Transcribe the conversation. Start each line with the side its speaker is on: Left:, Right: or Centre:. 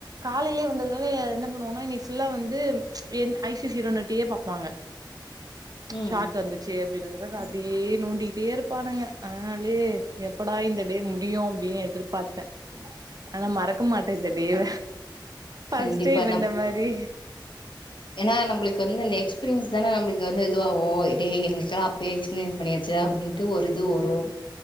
Right: காலைலயே வந்ததுனால என்ன பண்ணுவோனா இன்னைக்கு ஃபுல்லா வந்து என் ஐ சி சிரோண்டயே பாப்பாங்க
Left: ம்.
Right: ஷார்ட் வந்து ச்சு அப்டினதுக்கா அதையே நோண்டிகிட்டே இருப்பானுக அதனாலயே எப்படா இந்த டே முடியு அப்டின் எதிர் பாத்த ஆனா மறக்க மாட்ட இந்த டேவ ஃபர்ஸ்ட்
Left: கண்டிப்பா
Right: டைம் இந்த மாரி
Left: ஏனா நம்மளுக்கு வந்து இந்த எக்ஸ்பீரியன்ஸ்தானே நம்மளுக்கு வந்து இதுவாகு டே எங்களுக்களா அப்பயே எக்ஸ்பீரியன்ஸ் பண்ணியாச்சுடா அப்டின் ட்டு ஒரு இது வரு